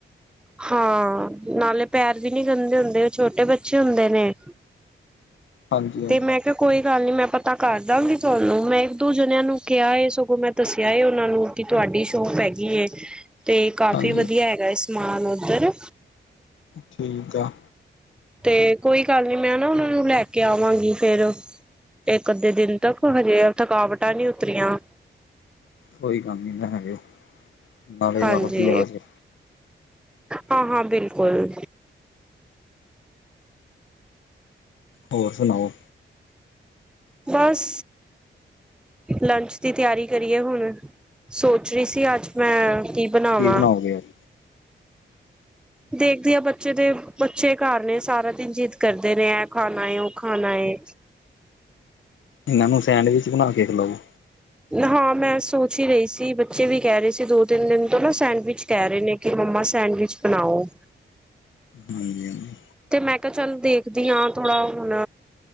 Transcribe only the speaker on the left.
ਹਾਂਜੀ ਹਾਂਜੀ
ਹਾਂਜੀ
ਠੀਕ ਆ।
ਕੋਈ ਕੰਮ ਨੀ ਨਾ ਹੈਗੇ, ਨਾਲੇ
ਆਪ ਹੀ ਆ ਜੇ।
ਹੋਰ ਸੁਣਾਓੋ?
ਬਣਾਓਗੇ ਅੱਜ
ਇਹਨਾਂ ਨੂੰ ਸੈਂਡਵਿਚ ਬਣਾ ਕੇ ਖਿਲਾਓ
ਹਾਂਜੀ ਹਾਂਜੀ